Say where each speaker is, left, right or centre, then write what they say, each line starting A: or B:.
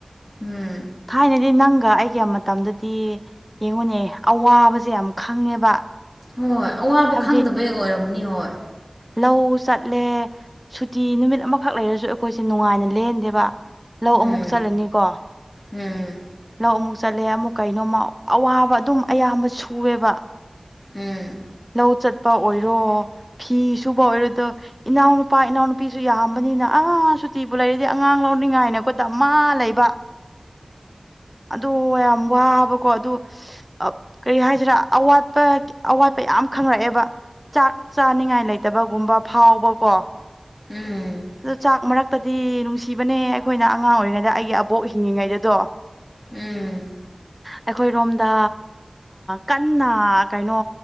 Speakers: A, on the left; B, in the centre.
A: ꯎꯝ
B: ꯊꯥꯏꯅꯗꯤ ꯅꯪꯒ ꯑꯩꯒꯤ ꯃꯇꯝꯗꯗꯤ ꯌꯦꯡꯉꯨꯅꯦ ꯑꯋꯥꯕꯁꯦ ꯌꯥꯝ ꯈꯪꯉꯦꯕ
A: ꯍꯣꯏ ꯑꯋꯥꯕ
B: ꯍꯥꯏꯕꯗꯤ
A: ꯈꯪꯗꯕꯩ ꯑꯣꯏꯔꯝꯅꯤ ꯍꯣꯏ
B: ꯂꯧ ꯆꯠꯂꯦ ꯁꯨꯇꯤ ꯅꯨꯃꯤꯠ ꯑꯃꯈꯛ ꯂꯩꯔꯁꯨ ꯑꯩꯈꯣꯏꯁꯦ ꯅꯨꯡꯉꯥꯏꯅ ꯂꯦꯟꯗꯦꯕ ꯂꯧ ꯑꯃꯨꯛ
A: ꯎꯝ
B: ꯆꯠꯂꯅꯤꯀꯣ
A: ꯎꯝ
B: ꯂꯧ ꯑꯃꯨꯛ ꯆꯠꯂꯦ ꯑꯃꯨꯛ ꯀꯩꯅꯣꯃ ꯑꯋꯥꯕ ꯑꯗꯨꯝ ꯑꯌꯥꯝꯕ ꯁꯨꯑꯦꯕ
A: ꯎꯝ
B: ꯂꯧ ꯆꯠꯄ ꯑꯣꯏꯔꯣ ꯐꯤ ꯁꯨꯕ ꯑꯣꯏꯔꯣ ꯑꯗꯣ ꯏꯅꯥꯎꯅꯨꯄꯥ ꯏꯅꯥꯎꯅꯨꯄꯤꯁꯨ ꯌꯥꯝꯕ ꯅꯤꯅ ꯑꯥ ꯁꯨꯇꯤꯕꯨ ꯂꯩꯔꯗꯤ ꯑꯉꯥꯡ ꯂꯧꯅꯤꯡꯉꯥꯏꯅꯦꯀꯣ ꯇ ꯃꯥ ꯂꯩꯕ ꯑꯗꯣ ꯋꯥꯕꯀꯣ ꯑ ꯀꯔꯤ ꯍꯥꯏꯁꯤꯔꯥ ꯑꯋꯥꯠꯄꯋꯥꯠ ꯌꯥꯝ ꯈꯪꯂꯛꯑꯦꯕ ꯆꯥꯛ ꯆꯥꯅꯤꯡꯉꯥꯏ ꯂꯩꯇꯕꯒꯨꯝꯕ ꯐꯥꯎꯕꯀꯣ
A: ꯎꯝ
B: ꯑꯣ ꯆꯥꯛ ꯃꯔꯛ ꯇꯗꯤ ꯅꯨꯡꯁꯤꯕꯅꯦ ꯑꯩꯈꯣꯏꯅ ꯑꯉꯥꯡ ꯑꯣꯏꯔꯤꯉꯩꯗ ꯑꯩꯒꯤ ꯑꯕꯣꯛ ꯍꯤꯡꯉꯤꯉꯩꯗꯗꯣ
A: ꯎꯝ
B: ꯑꯩꯈꯣꯏꯔꯣꯝꯗ ꯀꯟꯅ ꯀꯩꯅꯣ